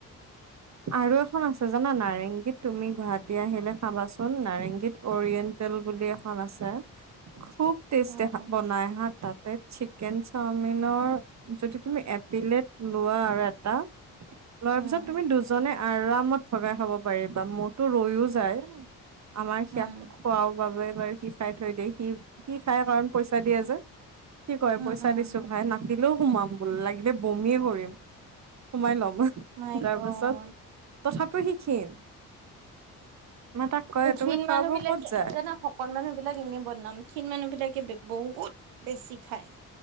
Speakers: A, on the right; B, on the right.
A: আৰু এখন আছে জানা নাই? ৰেংগীত তুমি গুৱাহাটী আহিলে খাবাচোন, নাৰেংগীত অৰিয়েণ্টেল বুলি এখন আছে। খুব টেষ্ট
B: অ অ
A: বনাই হা তাতে। চিকেন চাওমিনৰ যদি তুমি এপিলেত লোৱা, আৰু এটা লোৱাৰ
B: উম
A: পিছত তুমি দুজনে আৰামত ভগাই খাব পাৰিবা! মোৰতো ৰৈও যায়। আমাৰ হিয়াক
B: উম
A: খোৱাও বাবে বাৰু সি খাই থৈ দিয়ে, সি-সি খাই কাৰণ পইচা দিয়ে যে। কি কয়
B: উম
A: পইচা
B: উম
A: দিছো ভাই না। দিলেও সোমাম বোল লাগিলে বমিয়ে কৰিম, সোমাই ল'ম।
B: মাই
A: তাৰ
B: গড
A: পাছত, তথাপিও সি ক্ষীন। মই তাক কয়
B: ক্ষীণ
A: তুমি খোৱাবোৰ
B: মানুহ বিলাকে
A: ক'ত যায়?
B: জানা শকত মানুহ বিলাক এনেই বদনাম, ক্ষীণ মানুহ বিলাকে বহুত বেছি খায়।